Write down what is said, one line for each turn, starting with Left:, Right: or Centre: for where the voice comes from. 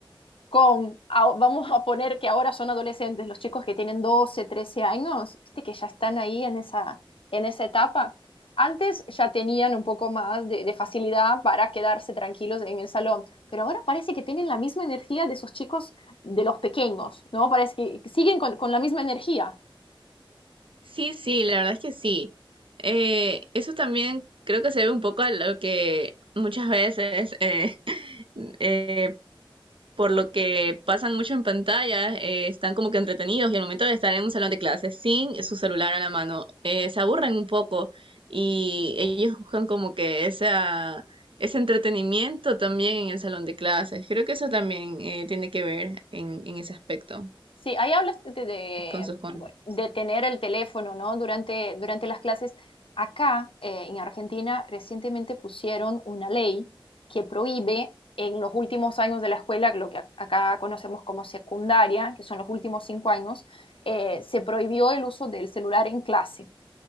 Left: con, ah, vamos a poner que ahora son adolescentes, los chicos que tienen 12 13 años, viste que ya están ahí en esa, en esa etapa. Antes ya tenían un poco más de, de facilidad para quedarse tranquilos en el salón, pero ahora parece que tienen la misma energía de esos chicos de los pequeños, ¿no? Parece que siguen con, con la misma energía.
Right: Sí, sí, la verdad es que sí. Eh, eso también creo que se ve un poco a lo que muchas veces eh, <laughs> eh, por lo que pasan mucho en pantalla, eh, están como que entretenidos y al momento de estar en un salón de clases sin su celular a la mano, eh, se aburren un poco y ellos buscan como que esa, ese entretenimiento también en el salón de clases. Creo que eso también eh, tiene que ver en, en ese aspecto
Left: Sí, ahí hablas de, de,
Right: con sus conductas.
Left: de tener el teléfono, ¿no? Durante, durante las clases. Acá, eh, en Argentina, recientemente pusieron una ley que prohíbe en los últimos años de la escuela, lo que a- acá conocemos como secundaria, que son los últimos cinco años, eh, se prohibió el uso del celular en clase.